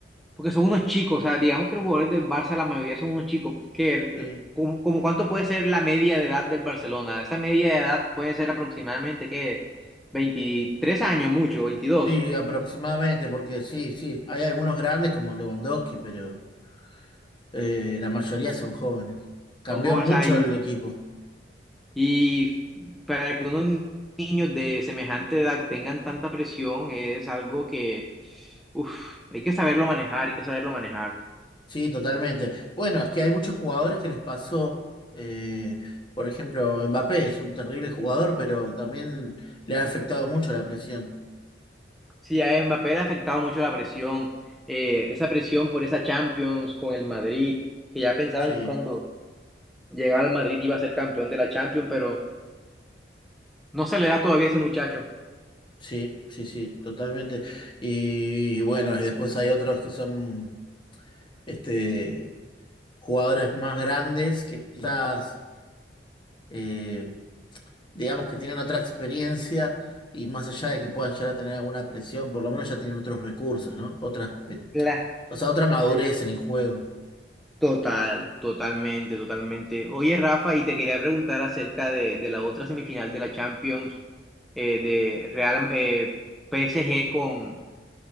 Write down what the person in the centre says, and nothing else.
Porque son unos chicos, o sea, digamos que los jugadores del Barça, la mayoría son unos chicos. Que,
como, como cuánto puede ser la media de edad del Barcelona? Esa media de edad puede ser aproximadamente, ¿qué? veintitrés años, mucho, veintidós
Son jóvenes
ahí.
Y para que unos niños de semejante edad tengan tanta presión es algo que, uf, hay que saberlo manejar, hay que saberlo manejar.
Sí, a Mbappé le ha afectado mucho la presión, eh, esa presión por esa Champions con el Madrid, que ya pensaban
que cuando llegaba al Madrid iba a ser campeón de la Champions, pero no se le da todavía a ese muchacho.
La-
claro.
Total, totalmente, totalmente. Oye, Rafa, y te quería preguntar acerca de, de la otra semifinal de la Champions, eh, de Real eh, PSG con,